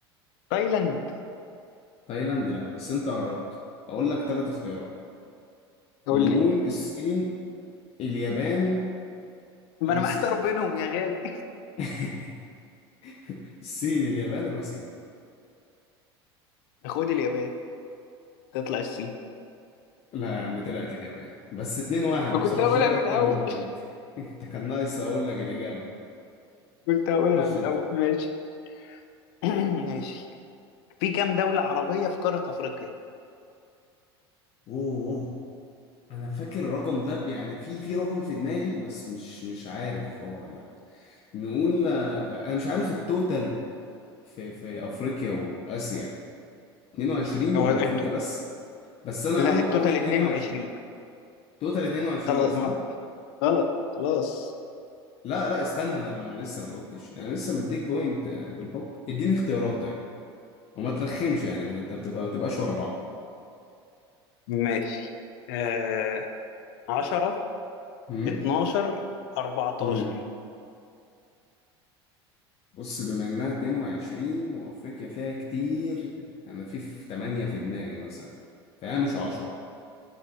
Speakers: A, on the left (about 65°); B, on the left (about 50°).
A: تايلاند
B: تايلاند لا بس انت قربت اقول لك ثلاث اختيارات
A: قول
B: نقول
A: لي
B: الصين اليابان
A: ما
B: روسيا
A: انا محتار بينهم يا غالي
B: <laughs> الصين اليابان روسيا
A: <laughs> خد اليابان تطلع الصين
B: لا يا عم طلعت اليابان بس اتنين واحد
A: وكنت
B: بس مش
A: هقولها
B: هتاخد
A: من
B: اكتر
A: الاول
B: من بوينت <laughs> انت كان ناقص اقول لك الاجابة
A: كنت هقولها
B: <clears throat> خش
A: من الاول
B: انت
A: ماشي <clears throat> ماشي في كام دولة عربية في قارة افريقيا؟
B: اوه اوه. انا فاكر الرقم ده يعني في في رقم في دماغي بس مش مش عارف هو ولا نقول آه، انا مش عارف التوتال في في افريقيا واسيا 22
A: هو
B: ولا
A: الت-
B: افريقيا بس بس انا
A: لا
B: اقول
A: التوتال
B: اقول 22
A: 22
B: توتال 22
A: خلاص
B: صح
A: ما غلط خلاص
B: لا لا استنى انا ما لسه ما جاوبتش انا لسه مديك بوينت آه، بالحب اديني اختيارات طيب وما ترخمش يعني بت- انت بتبقى ما تبقاش ورا بعض
A: ماشي آه... 10
B: امم
A: 12 14
B: امم بص بما انها 22 وافريقيا فيها كتير انا في في 8 في دماغي مثلا فانا مش 10